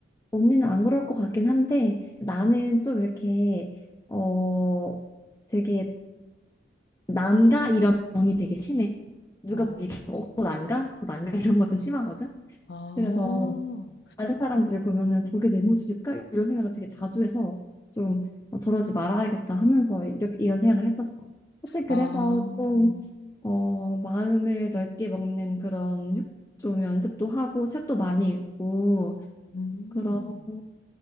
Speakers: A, on the left; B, on the left.
A: 언니는 안 그럴 것 같긴 한데, 나는 좀 이렇게, 어, 되게, 난가? 이런 병이 되게 심해. 누가
B: 어,
A: 보기에, 어, 난가? 너 난가? 이런 거 좀 심하거든?
B: 아,
A: 그래서, 다른 사람들을 보면은 저게 내 모습일까? 이런 생각을 되게 자주 해서 좀 어, 저러지 말아야겠다 하면서 이렇게 이런 생각을 했었어. 사실
B: 아,
A: 그래서 좀 어, 마음을 넓게 먹는 그런 휴- 좀 연습도 하고 책도 많이 읽고
B: 음.
A: 그러고